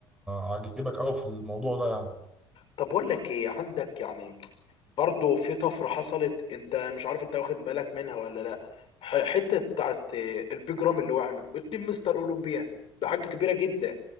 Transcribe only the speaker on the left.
طب بقول لك ايه عندك يعني برضو في طفرة حصلت انت مش عارف انت واخد بالك منها ولا لا ح- حتة بتاعت البيج رامي اللي هو عامله اتنين مستر اولمبيا ده حاجة كبيرة جدا